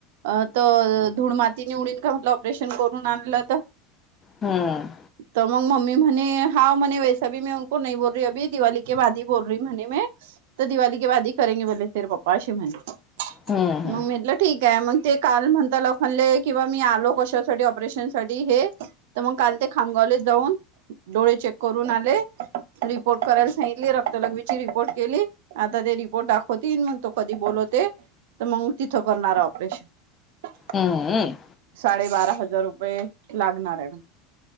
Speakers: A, on the right; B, on the left.
A: अ त धूळ मातीच <unintelligible> म्हटलं ऑपरेशन करून आणलं तर
B: हम्म
A: तर मग मम्मी म्हणे हा म्हणे वैसा भी उनो नाही बोल र अी दिवाली के बाी बोल र म म्हणे म तर दिवाली क बाी करेे बले ते पप्पा अशी म्हणते
B: हम्म
A: मग म्हटलं ठीक आहे मग ते काल म्हणता ल खणले किंवा मी आलो कशासाठी ऑपरेशन साठी हे तर मग काल ते खामगावले जाऊन डोळे चेक करून आले रिपोर्ट करायला सांगितली रक्तलघ्वीची रिपोर्ट केली आता ते रिपोर्ट दाखवतील मग तो कधी बोलवते तर मग तिथं करणार ऑपरेशन
B: हम्मम
A: साडेबारा हजार रुपये लागणार आहे म